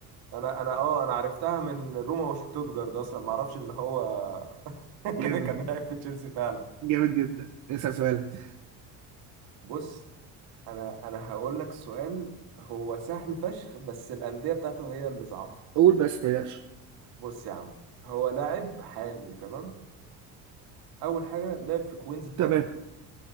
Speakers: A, on the right (about 70°); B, on the right (about 50°).
A: انا انا اه انا عرفتها من روما وشتوتجارد اصلا ما اعرفش ان هو <laughs>
B: جامد
A: كان لاعب في تشيلسي فعلا
B: جامد جدا اسال سؤالك
A: بص انا انا هقول لك سؤال هو سهل فشخ بس الانديه بتاعته هي اللي صعبه
B: قول بس تلاش
A: بص يا عم هو لاعب حالي تمام اول حاجه لعب في كوينز بارك
B: تمام